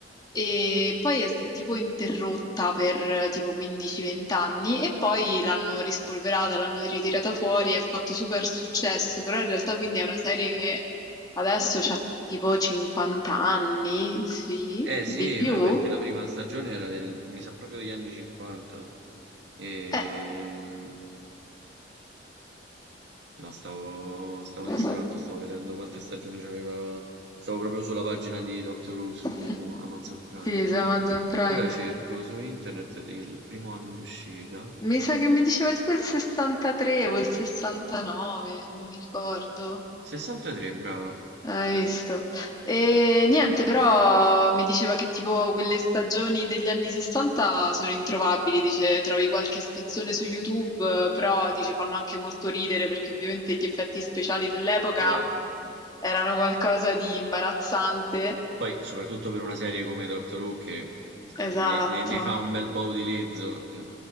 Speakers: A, on the left; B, on the right.
A: e poi è stata tipo interrotta per eh, tipo 15-20 anni e poi l'hanno rispolverata, l'hanno ritirata fuori e ha fatto super successo, però in realtà quindi è una serie che adesso ha tipo 50 anni, sì,
B: Eh
A: di
B: sì,
A: più.
B: ma perché la prima stagione era del mi sa proprio degli anni '50, ehm
A: Eh.
B: No, stavo, stavo
A: <laughs>
B: distratto, stavo vedendo quante stagioni c'aveva. Stavo proprio sulla pagina di Doctor Who su
A: <laughs>
B: Amazon Prime.
A: Sì, su Amazon Prime.
B: Ora cerco su internet di- il primo anno di uscita.
A: Mi sa che mi diceva tipo il 63 o il 69, non mi ricordo.
B: 63, brava.
A: Hai visto? E
B: Sì,
A: niente,
B: sì.
A: però mi diceva che tipo quelle stagioni degli anni 60 sono introvabili, dice trovi qualche spezzone su YouTube, eh, però dice fanno anche molto ridere perché ovviamente gli effetti speciali dell'epoca
B: Eh,
A: erano qualcosa di imbarazzante.
B: poi, soprattutto per una serie come Doctor Who che
A: Esatto.
B: ne, ne- ne fa un bel po' utilizzo. eh.